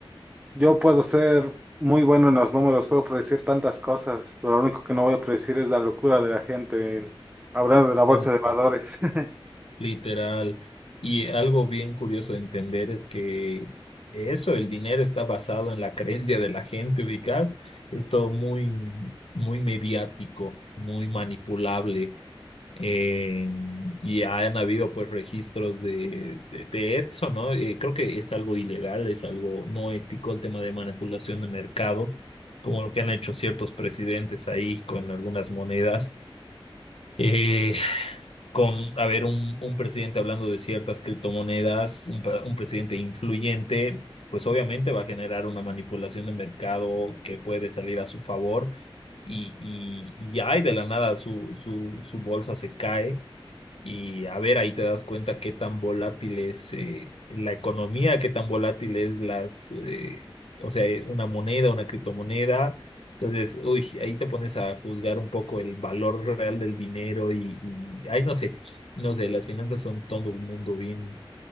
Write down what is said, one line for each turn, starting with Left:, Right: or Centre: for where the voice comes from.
Right: yo puedo ser muy bueno en los números, puedo predecir tantas cosas, pero lo único que no voy a predecir es la locura de la gente en- hablando de la bolsa
Left: No,
Right: de valores. <laughs>
Left: literal. Y algo bien curioso de entender es que eso, el dinero está basado en la creencia de la gente, ubicás. Es todo muy, muy mediático, muy manipulable. Eh, y han habido pues registros de, de, de eso, ¿no? Eh, creo que es algo ilegal, es algo no ético el tema de manipulación de mercado, como lo que han hecho ciertos presidentes ahí con algunas monedas. Eh, con, a ver, un, un presidente hablando de ciertas criptomonedas, un, pa- un presidente influyente, pues obviamente va a generar una manipulación de mercado que puede salir a su favor y, y, y ay, de la nada su, su, su bolsa se cae. Y a ver, ahí te das cuenta qué tan volátil es eh, la economía, qué tan volátil es las, eh, o sea, eh, una moneda, una criptomoneda. Entonces, uy, ahí te pones a juzgar un poco el valor real del dinero y, y ay, no sé, no sé, las finanzas son todo un mundo bien,